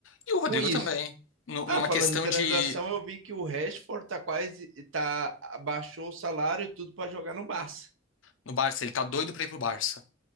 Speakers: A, on the left (about 70°); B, on the right (about 75°).
A: E o Rodrigo
B: com isso.
A: também. Nu- Numa
B: Ah, falando
A: questão
B: em transação,
A: de
B: eu vi que o Rashford tá quase, tá, abaixou o salário e tudo para jogar no Barça.
A: No Barça, ele tá doido pra ir pro Barça.